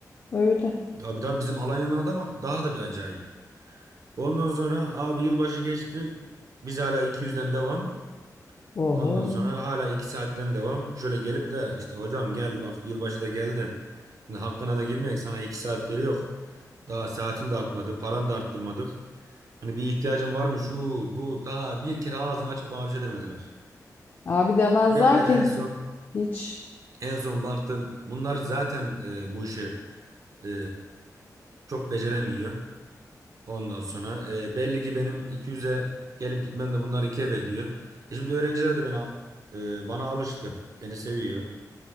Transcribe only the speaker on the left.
öyle.
Oho.
Abi demezler
ki
hiç.